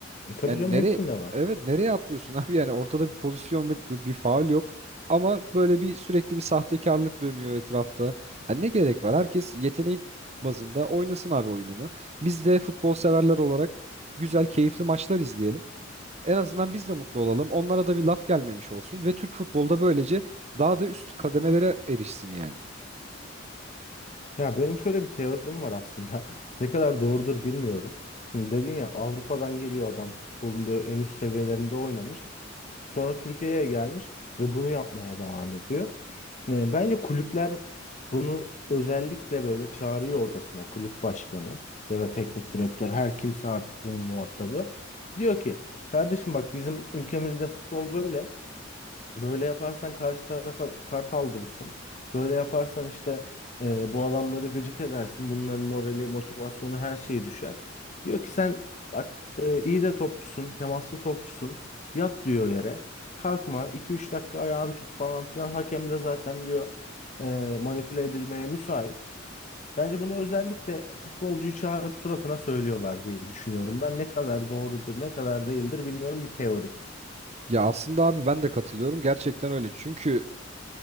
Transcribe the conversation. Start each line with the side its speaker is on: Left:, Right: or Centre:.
Left: E, Tabii
Right: Yani
Left: canım
Right: nereye
Left: hepsinde var.
Right: evet nereye atlıyorsun <laughs> abi yani ortada bir pozisyon yok bir faul yok ama böyle bir sürekli bir sahtekarlık dönüyor etrafta. Hani ne gerek var? Herkes yeteneği bazında oynasın abi oyununu. Biz de futbol severler olarak güzel keyifli maçlar izleyelim. En azından biz de mutlu olalım. Onlara da bir laf gelmemiş olsun ve Türk futbolda böylece daha da üst kademelere erişsin yani.
Left: Ya benim şöyle bir teorim var aslında. <laughs> Ne kadar doğrudur bilmiyorum. Hı, Dedin ya Avrupa'dan geliyor adam futbolun böyle en üst seviyelerinde oynamış. Sonra Türkiye'ye gelmiş ve bunu yapmaya devam ediyor. E, Bence kulüpler bunu özellikle böyle çağırıyor odasına kulüp başkanı ya da teknik direktör her kimse artık bunun muhatabı. Diyor ki kardeşim bak bizim ülkemizde futbol böyle. Böyle yaparsan karşı tarafa kart aldırırsın. Böyle yaparsan işte e, bu adamları gıcık edersin. Bunların morali, motivasyonu her şeyi düşer. Diyor ki sen bak e, iyi de topçusun, temaslı topçusun. Yat diyor yere. Kalkma 2 üç dakika ayağını tut falan filan. Hakem de zaten diyor e, manipüle edilmeye müsait. Bence bunu özellikle futbolcuyu çağırıp suratına söylüyorlar diye düşünüyorum. Ben ne kadar doğrudur, ne kadar değildir bilmiyorum bir teori.
Right: Ya aslında abi ben de katılıyorum. Gerçekten öyle. Çünkü